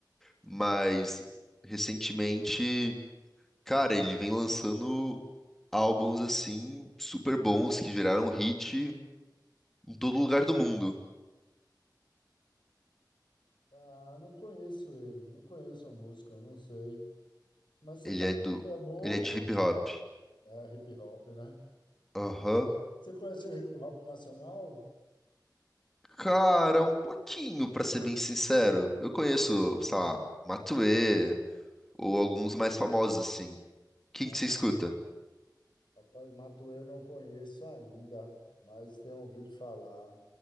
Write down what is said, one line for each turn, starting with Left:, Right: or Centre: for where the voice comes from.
Centre: mas recentemente, cara, ele vem lançando álbuns assim super bons que viraram hit em todo lugar do mundo.
Left: Ah, não conheço ele, não conheço a música, não sei. Mas você
Centre: Ele
Left: tá,
Centre: é do,
Left: é bom,
Centre: ele é de hip hop.
Left: é hip hop, né?
Centre: Aham.
Left: Você conhece o hip hop nacional?
Centre: Cara, um pouquinho, pra ser bem sincero. Eu conheço, sei lá, Matuê ou alguns mais famosos assim. Quem
Left: É.
Centre: que você escuta?
Left: Rapaz, Matuê eu não conheço ainda, mas tenho ouvido falar.